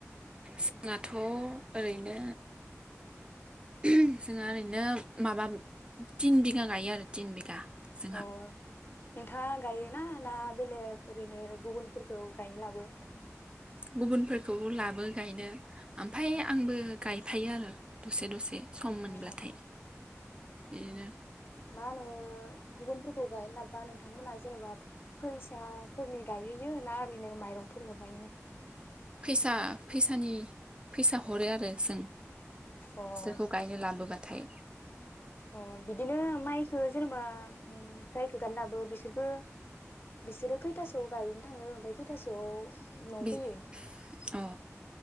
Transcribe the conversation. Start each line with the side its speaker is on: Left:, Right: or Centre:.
Right: जोंहाथ' ओरैनो जोंहा ओरैनो बिदिनो माबाब तिन बिगा गायो आरो तिन बिगा। जोंहा
Left: अ। नोंथाङा गायोना ना बेलेग ओरैनो गुबुन फोरखौ गायनो लाबो
Right: गुबुनफोरखौबो लाबो गायनो ओमफाय आंबो गायफायो आरो दसे दसे। सम मोनब्लाथाय
Left: अ
Right: बिदिनो।
Left: मा होनो गुबुनफोरखौ गायनो लाब्बा नोंथांमोना जेन'बा फैसाफोरनि गायहोयो ना ओरैनो माइरंफोर हरनायनि
Right: फैसा फैसानि फैसा हरो आरो जों
Left: अ
Right: सोखौ गायनो लाबोबा थाय।
Left: अ बिदिनो माइखौ जेनेबा उम जायखौ गायनो लाबो बिसोरखो बिसोरो खैथासोआव गायनो थाङो ओमफाय खैथासोआव न'फैयो?
Right: बि अ